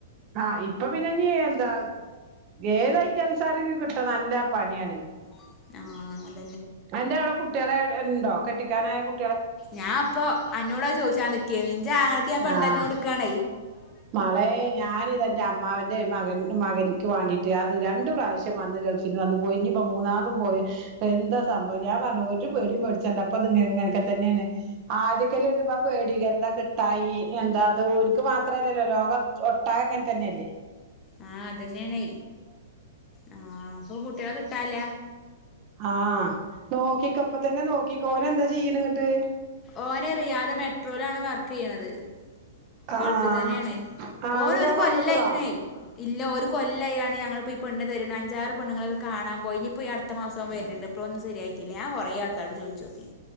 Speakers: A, on the right (about 40°); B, on the left (about 25°).
A: ആഹ് ഇപ്പൊ പിന്നെ ഞ് എന്താ ഏതായിട്ട അനുസാരും കിട്ട നല്ല പണിയാണ്
B: ആഹ
A: അതിന്റെ അവിടെ കുട്ടികളെ ഇണ്ടോ കെട്ടിക്കാനായ കു
B: ഞാൻപ്പോ അ എന്നോട് അത് ചോദിച്ചാ നിക്കേനി ഇന്റെ അങ്ങളക്ക് ഞാൻ പണ്ണറിഞ്ഞോടുക്കാണ
A: ആഹ് മളെ ഞാന ഇതെന്റെ അമ്മാവൻ അ മകൻ മകനിക്ക് വേണ്ടിട്ട് അത് രണ്ടണ്ട് പ്രാവശ്യം വന്ന് ഗൾഫിന്ന് വന്ന് പോയി ഇനിപ്പോ മൂന്നാമതും പോയ എന്താ സംഭവം ഞാൻ പറഞ്ഞു ഒരു പേടിയും പഠിച്ചണ്ട്പ്പൊ അത് ഇങ്ങനൊക്കെ തന്നെയാണ് ആദ്യക്കല് <inaudible> പേടി എന്താ കിട്ടായി എന്താ അത് ഓൽക്ക് മാത്രല്ലല്ലോ ലോകം ഒട്ടാകെങ്ങനെ തന്നല്ലേ
B: ആ അതെന്നെണേ ആ പ്പോ കുട്ട്യാളെ കിട്ടാല്ല
A: ആ നോക്കിക്കൊ പ്പത്തെന്നെ നോക്കിക്കോ ഓനെന്താ ചെയ്യ്ണ് ന്ന്ട്ട്
B: ഓന് റിയാദ് മെട്രോലാണ് വർക്ക് ചെയ്യണത്
A: ആഹ്
B: ഗൾഫിൽ
A: ആഹ്
B: ത്തെന്നെണ്
A: ആഹ്
B: ഓനൊരു
A: ഇങ്ങട്ട് ഓൻ
B: കൊല്ലായ്ക്ക്ണേ
A: വന്ന്ക്ക്ണോ
B: ഇല്ലൊരു കൊല്ലായാണ്ട് ഞങ്ങളിപ്പോ ഈ പെണ്ണ് തരീണ് അഞ്ചാറ് പെണ്ണുങ്ങളെക്കെ കാണാൻ പോയി ഇനിയിപ്പോ അടുത്തമാസം ഓൻ വെര്ണ് ണ്ട് പ്പൊ ഒന്ന് ശരിയായി കിട്ടില്ല ഞാൻ കൊറെ ആൾക്കാരോട് ചോയ്ച്ചോക്കി